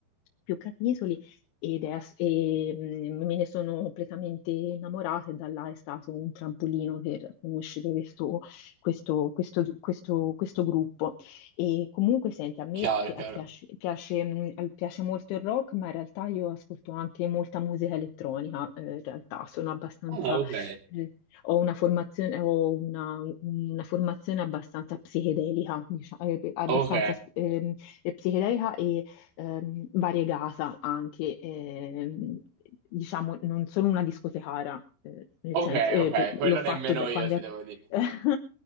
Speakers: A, on the left; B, on the right.
A: più capitoli. Ed è ass- e, mm, me ne sono completamente innamorata e da là è stato un trampolino per conoscere questo, questo- questo- questo- questo gruppo. E comunque, senti, a me
B: Chiaro,
A: pi-
B: chiaro.
A: piace, piace, mh, piace molto il rock, ma in realtà io ascolto anche molta musica elettronica, eh, in realtà sono abbastanza
B: Ah, ok.
A: eh, ho una formazione, ho una, una formazione abbastanza psichedelica, diciamo, eh, abbastanza
B: Ok,
A: scu- ehm, eh, psichedelica e ehm, variegata anche. ehm, diciamo, non sono una discotecara, eh, nel
B: ok,
A: senso, eh,
B: ok.
A: beh, l'ho
B: Quello
A: fatto
B: nemmeno
A: da
B: io
A: quando
B: ti
A: ero...
B: devo dire.
A: <laughs>